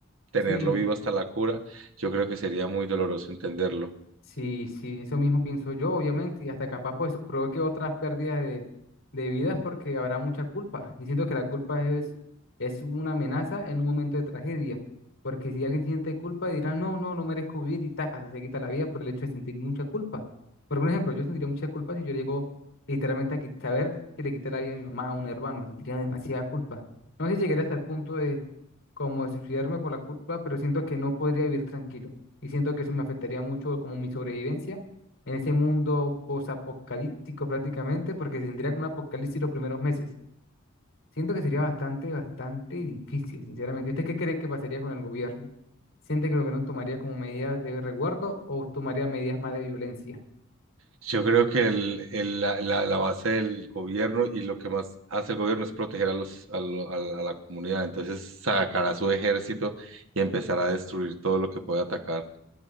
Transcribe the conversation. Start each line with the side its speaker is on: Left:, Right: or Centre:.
Right: tenerlo
Left: Sí,
Right: vivo hasta la cura, yo creo que sería muy doloroso entenderlo.
Left: Sí, sí, eso mismo pienso yo, obviamente, y hasta capaz pues eso provoque otras pérdidas de, de vidas porque habrá mucha culpa. Y siento que la culpa es, es una amenaza en un momento de tragedia, porque si alguien siente culpa dirá, no, no, no merezco vivir y tácata, se quita la vida por el hecho de sentir mucha culpa. Por un ejemplo, yo sentiría mucha culpa si yo llego literalmente a qui- saber que le quité la vida a mi mamá, a un hermano, sentiría demasiada culpa. No sé si llegaría hasta el punto de como de suicidarme por la culpa, pero siento que no podría vivir tranquilo y siento que eso me afectaría mucho como mi sobrevivencia en ese mundo posapocalíptico prácticamente, porque se sentiría como un apocalipsis los primeros meses. Siento que sería bastante, bastante difícil, sinceramente. ¿Usted qué cree que pasaría con el gobierno? ¿Siente que el gobierno tomaría como medidas de resguardo o tomaría medidas más de violencia?
Right: Yo creo que el, el- la, la- la base del gobierno y lo que más hace el gobierno es proteger a los, a, lo- a la a la comunidad. Entonces sacará su ejército y empezará a destruir todo lo que pueda atacar.